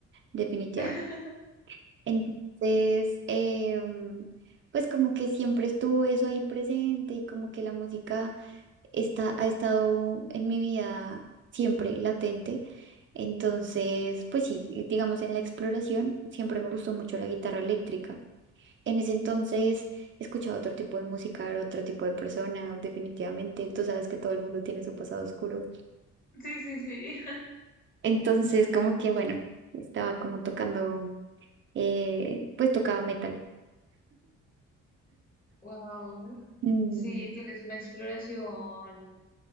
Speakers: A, on the right (about 40°); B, on the left (about 30°).
A: definitivamente.
B: <laughs>
A: Entonces, em, pues como que siempre estuvo eso ahí presente y como que la música está, ha estado en mi vida siempre latente. Entonces, pues sí, digamos en la exploración siempre me gustó mucho la guitarra eléctrica. En ese entonces escuchaba otro tipo de música, era otro tipo de persona, definitivamente. Tú sabes que todo el mundo tiene su pasado oscuro.
B: Sí, sí, sí.
A: Entonces, como que bueno, estaba como tocando, eh, pues tocaba metal.
B: Wow.
A: Mm,
B: Sí, tienes una exploración